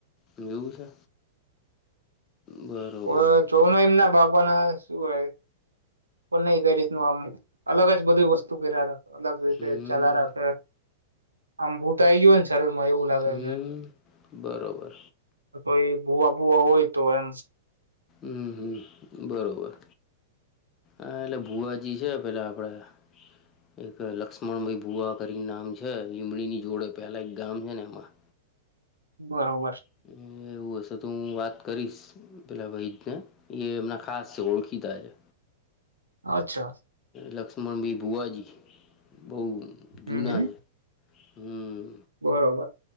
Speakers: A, on the left (about 30°); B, on the right (about 80°).
A: એવું છે. બરોબર
B: ઓવે જોનું એમ ના બાપા ના શું હોય. પણ નહી કઈ રીતનું આમ અલગ જ બધું વસ્તુ કર્યા હતા અલગ રીતે
A: હમ
B: ચલા રાખે આમ ભૂટ આ આવી ગયો છે. સરળમાં એવું લાગે
A: હમ
B: એમને
A: બરોબર
B: કોઈ ભુવા ભુવા હોય તો એમ
A: ઉ હુ બરોબર. આ એટલે ભુઆજી છે પેલા આપડા એક લક્ષ્મણભાઈ ભુવા કરી નામ છે લીમડીની જોડે પહેલા એક ગામ હેને એમાં
B: બરોબર
A: હમ એ એવું હશે તો હું વાત કરીશ પેલા ભાઈ થે એ એમનાં ખાસ છે ઓળખીતા છે
B: અચ્છા
A: લક્ષ્મણ ભાઈ ભુવાજી બહુ જૂના
B: હમ હમ
A: છે હમ
B: બરોબર